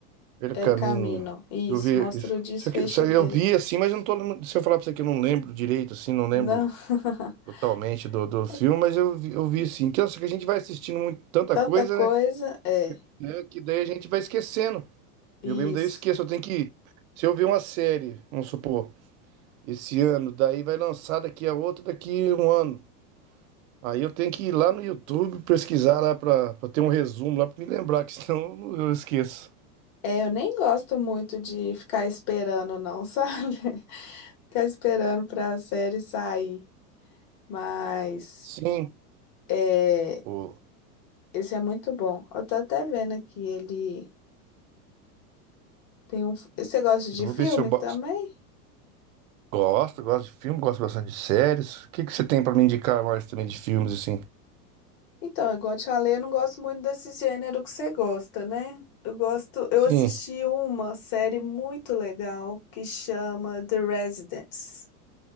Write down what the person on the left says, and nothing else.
El
Camino. Isso,
mostra
o desfecho
dele.
Não, <laughs>
é
tanta
coisa.
É,
isso.
É, eu nem gosto muito de ficar esperando, não, <laughs> sabe? Ficar esperando para a série sair. Mas
é,
esse é muito bom. Eu tô até vendo aqui, ele tem um. Você gosta de
filme
também?
Então, igual eu te falei, eu não gosto muito desse gênero que você gosta, né? Eu gosto, eu
assisti uma série muito legal que chama The Residence,